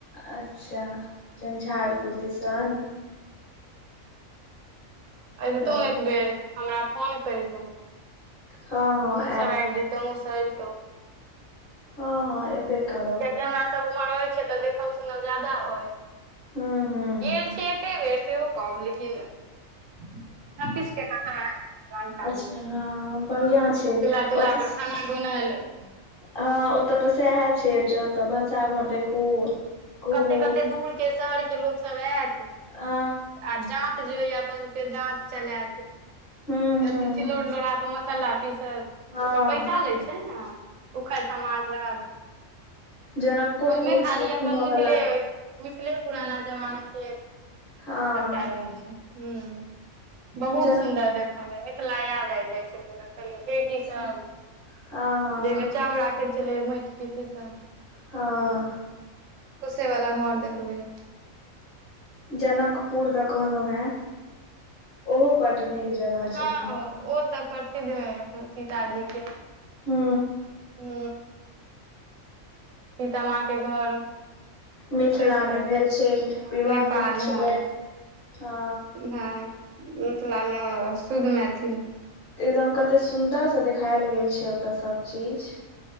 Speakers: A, on the left; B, on the right.
A: अच्छा झंझारपुर
B: हूँ
A: दिसन
B: आइब तौ
A: ओ
B: एक बेर हमरा फोन करितहु
A: हँ हँ
B: हमहुँ
A: आयब
B: सब आबि जेतौ आहाँ सब एबतौ
A: हँ हँ ए बे करब
B: कियाकि हमरा सब उर रहै छैय तऽ देखल सुनल जादा ओय
A: हूँ हूँ
B: गेल छी कते बेर से ओ कहब लेकिन सब किछ के पता ‌ अइ जानकारी
A: अच्छा
B: ह
A: हँ बढ़िआँ छै
B: चूल्ला तुल्हा
A: ओतऽ
B: पर खाना बनालय छियै
A: हँ ओतय तऽ सएह छै ओतऽ भनसाघर देखू घुमू
B: कते कते दूर के शहर के लोक सब आयत
A: आ
B: आ जा जे होइया अपन सबके जांत चलेत
A: हूँ हूँ
B: अथी सिलौठलोढ़ा
A: हूँ
B: पर मसाला पीसत
A: हँ
B: ओकर पैसा लै छै ने उखरि समाठ रहत
A: जनकोपुर
B: ओहिमे खाली
A: छै घूमऽ
B: अपन मिथिले
A: बला
B: मिथिले पुराना जमाना के सभटा
A: हँ
B: रहै छै ह बहुत
A: जनक
B: सुन्दर देखय मे मिथिला याद आइब जाइ छै पूरा पैठी सब
A: हँ हँ
B: जाहिमे
A: हँ
B: चाउर राखै छलै माटिक के से सब
A: ह
B: फूसे वाला घर देखबै
A: जनकपूर द कहनो है ओहो बड नीक जगह
B: हँ
A: छै घूमऽ
B: ओ
A: के
B: तऽ प्रसिद्ध हय अपन सीताजी के
A: हू
B: हू सीता माँ के घर
A: मिथिला
B: ओते छलनि
A: मे भेल छल विवाह
B: नेपाल
A: भेल छलै
B: हँ
A: हँ
B: हँ मिथिलामे शुद्ध मैथिल
A: एकदम कते सुंन्दर से देखायल गेल छै ओत सब चीज